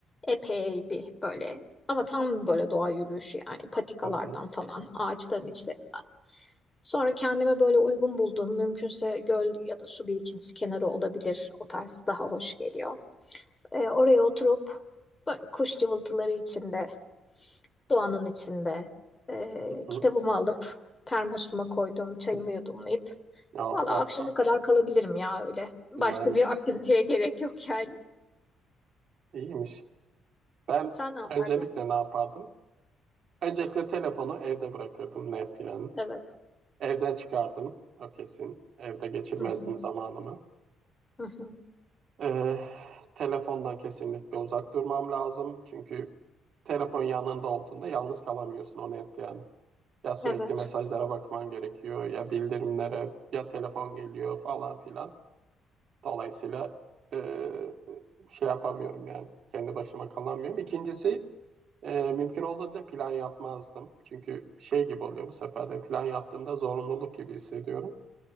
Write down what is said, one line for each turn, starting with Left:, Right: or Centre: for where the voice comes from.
Left: epey bir böyle ama tam böyle doğa yürüyüşü yani patikalardan
Right: hı
Left: falan ağaçların içlerinden. Sonra kendime böyle uygun bulduğum mümkünse göl ya da su birikintisi kenarı olabilir. O tarz daha hoş geliyor. E, oraya oturup böyle kuş cıvıltıları içinde doğanın içinde e,
Right: hı.
Left: kitabımı alıp termosuma koydum, çayımı yudumlayıp
Right: Oh,
Left: valla
Right: oh,
Left: akşama
Right: oh.
Left: kadar kalabilirim ya öyle. Başka
Right: Güzelmiş.
Left: bir aktiviteye gerek yok yani.
Right: İyiymiş. Ben
Left: Sen ne yapardın?
Right: öncelikle ne yapardım? Öncelikle telefonu evde bırakırdım net yani.
Left: Evet.
Right: Evden çıkardım o kesin. Evde geçirmezdim
Left: Hı hı.
Right: zamanımı.
Left: Hı hı.
Right: Ee, telefondan kesinlikle uzak durmam lazım. Çünkü telefon yanında olduğunda yalnız kalamıyorsun o net yani. Ya sürekli
Left: Evet.
Right: mesajlara bakman gerekiyor ya bildirimlere ya telefon geliyor falan filan. Dolayısıyla ee, şey yapamıyorum yani kendi başıma kalamıyorum. İkincisi ee, mümkün olduğunca plan yapmazdım. Çünkü şey gibi oluyor bu sefer de plan yaptığımda zorunluluk gibi hissediyorum.